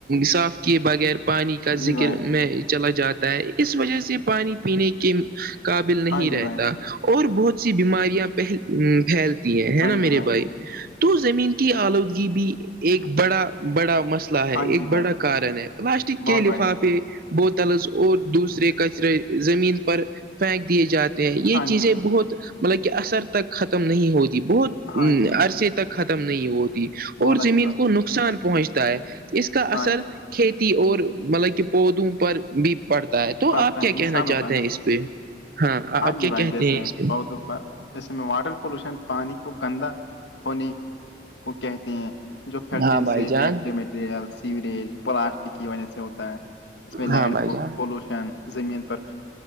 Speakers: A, on the right; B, on the left.
A: صاف کیے بغیر پانی کا
B: جی
A: ذکر
B: بھائی
A: میں چلا جاتا ہے اس وجہ سے پانی پینے کے قابل نہیں
B: ہاں جی
A: رہتا
B: بھائی
A: اور بہت سی بیماریاں پہل پھیل ہیں ہے
B: ہاں
A: نا
B: جی
A: میرے بھائی تو زمین کی آلودگی بھی ایک بڑا بڑا مسئلہ ہے
B: ہاں
A: ایک
B: جی
A: بڑا
B: بھائی
A: کارن ہے پلاسٹک کے
B: بہت
A: لفافے
B: بڑھیا
A: بوتلز اور دوسرے کچرے زمین پر پھینک دیے جاتے یہ
B: ہاں
A: چیزیں
B: جی بھائی
A: بہت مطلب کہ اثر تک ختم نہیں ہوتی بہت
B: ہاں جی
A: ا
B: بھائی
A: عرصے تک ختم نہیں ہوتی
B: بہت
A: اور
B: اچھی
A: زمین
B: بات
A: کو
B: ہے
A: نقصان پہنچتا ہے اس کا
B: ہاں
A: اثر
B: جی
A: کھیتی اور مطلب کہ پودوں پر بھی پڑتا ہے تو
B: پڑتا
A: آپ کیا
B: ہے انسانوں
A: کہنا چاہتے
B: پر بھی
A: ہیں اس پہ
B: ہاں
A: آپ
B: جی
A: کیا
B: بھائی
A: کہتے
B: جیسے
A: ہیں اس پہ
B: پودوں پر جسے میں واٹر پولوشن پانی کو گندا ہونے کو کہتے ہیں جو فیکٹری
A: ہاں بھائی
B: سے
A: جان
B: ویسٹ مٹیریل سیوریج پلاسٹک کی وجہ سے ہوتا ہے اس میں لینڈ
A: ہاں بھائی جان
B: پولوشن زمین پر